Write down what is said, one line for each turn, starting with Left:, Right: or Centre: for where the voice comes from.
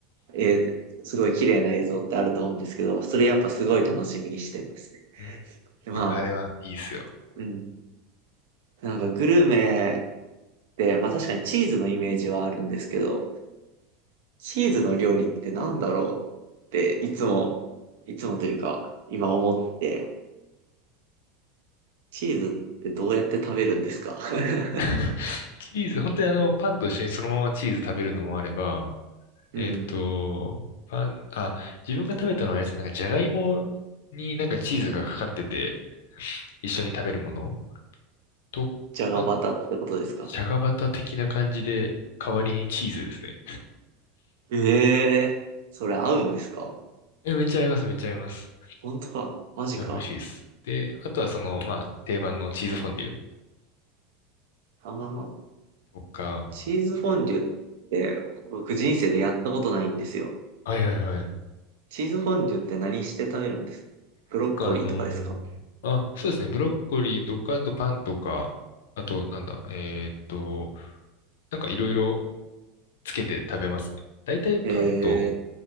Right: えーすごい綺麗な映像ってあると思うんですけど、それやっぱすごい楽しみにしてますね。
Left: うん、
Right: で、まあ、
Left: やっぱあれはいいですよ。
Right: うん。なんかグルメって、まあ確かにチーズのイメージはあるんですけど、チーズの料理ってなんだろうっていつも、いつもというか、今思って、チーズってどうやって食べるんですか <laughs>
Left: <laughs> チーズ、本当にあの、パンと一緒にそのままチーズ食べるのもあれば、
Right: うん。
Left: えっと、パン、あ、自分が食べたのはあれですね、なんかじゃがいもになんかチーズがかかってて、一緒に食べるものと、
Right: じゃがバタってことですか
Left: あ、じゃがバタ的な感じで、代わりにチーズですね。
Right: ええー、それ合うんですか
Left: え、めっちゃ合います、めっちゃ合います。
Right: 本当かマジか
Left: じゃあ美味しいです。で、あとはその、まあ、定番のチーズフォンデュ
Right: ああ
Left: とか、
Right: チーズフォンデュって僕人生でやったことないんですよ。
Left: はいはいはい。
Right: チーズフォンデュって何して食べるんですかブロッコリーとかですか
Left: なんかあのーあ、そうですね、ブロッコリーとか、あとパンとか、あとなんだ、えーっと、なんかいろいろつけて食べますね。大体パンと、
Right: え